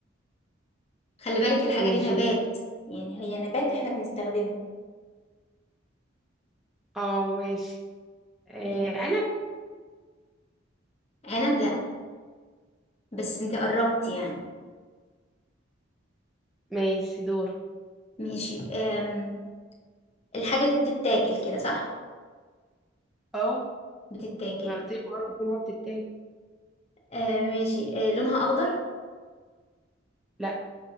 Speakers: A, on the left (about 35°); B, in the centre.
A: خلي بالك الحاجة
B: ماشي
A: دي نبات
B: دور
A: يعني هي نبات احنا بنستخدمه
B: اه ماشي آه،
A: يعني
B: أنا ب-
A: عنب لأ بس انت قربت يعني
B: ماشي دور
A: ماشي أم... الحاجة دي بتتاكل كده صح؟
B: اه
A: بتتاكل
B: ما قلت
A: <laughs>
B: لك مرة إنها بتتاكل
A: آه ماشي آه لونها أخضر
B: لا